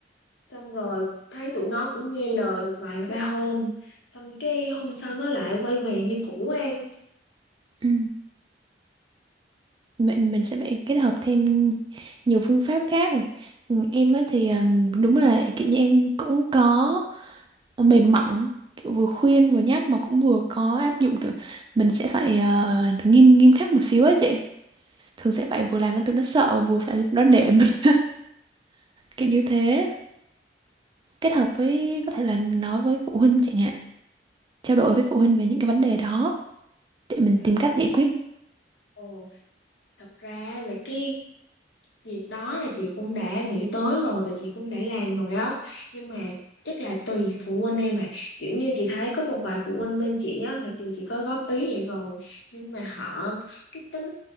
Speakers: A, on the left; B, on the right.
A: xong rồi thấy tụi nó cũng nghe lời được vài ba hôm xong cái hôm sau nó lại quay về như cũ em
B: ừ. Vậy mình sẽ phải kết hợp thêm nhiều phương pháp khác Ừ, em á thì ừm, đúng là kiểu như em cũng có mềm mỏng kiểu vừa khuyên vừa nhắc mà cũng vừa có áp dụng kiểu mình sẽ phải ờ, nghiêm nghiêm khắc một xíu ấy chị thường sẽ phải vừa làm cho tụi nó sợ mà vừa phải làm cho tụi nó nể mình <laughs> kiểu như thế kết hợp với có thể là nói với phụ huynh chẳng hạn trao đổi với phụ huynh về những cái vấn đề đó để mình
A: Tao-
B: tìm cách giải quyết
A: ồ thật ra là cái việc đó là chị cũng đã nghĩ tới rồi và chị cũng đã làm rồi đó nhưng mà chắc là tùy phụ huynh em à kiểu như chị thấy có một vài phụ huynh bên chị á mặc dù chị có góp ý vậy rồi nhưng mà họ cái tính